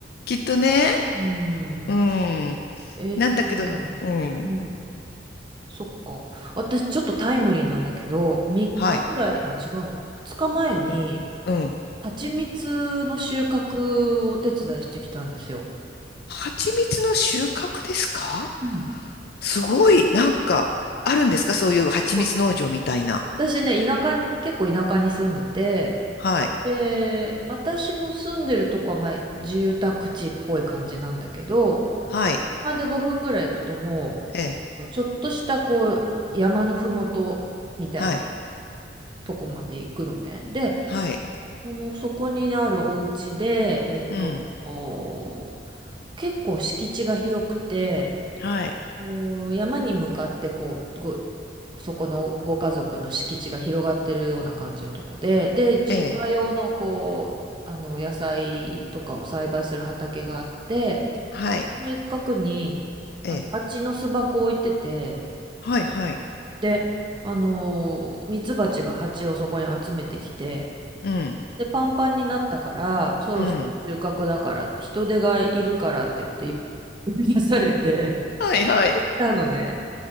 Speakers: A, on the left; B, on the right.
A: きっとね、
B: うん。
A: うん。
B: えっと、
A: なんだけど、
B: うん。
A: うん。
B: うんそっか。私、ちょっとタイムリーなんだけど、3日ぐらい、
A: はい。
B: あ、違う。2日前に、
A: うん。
B: 蜂蜜の収穫をお手伝いしてきたんですよ。
A: 蜂蜜の収穫ですか
B: うん
A: すごい、なんか、あるんですかそういう蜂蜜農場みたいな。
B: そう私ね、田舎に、結構田舎に住んでて、
A: はい。
B: で、私の住んでるとこは、まあ、住宅地っぽい感じなんだけど、
A: はい。
B: 車で5分ぐらい行くとも
A: ええ。
B: う、ちょっとしたこう、山のふもとみたいな
A: はい。
B: とこまで行くのね。で、
A: はい。
B: その、そこにあるお家で、えっと、
A: うん。
B: もう結構敷地が広くて、
A: はい。
B: こう山に向かってこうごそこのご家族の敷地が広がってるような感じのとこで、で自家用のこうあの野菜とかを栽培する畑があって
A: ええ。はい。
B: その一角にあの蜂の巣箱を置いてて
A: ええ。はい。はい。
B: であのミツバチが蜂をそこに集めてきて
A: うん。
B: でパンパンになったからそろそろ収穫だからって人手がいるからって言って呼び出されて
A: うん。はい。はい。
B: 行ったのね。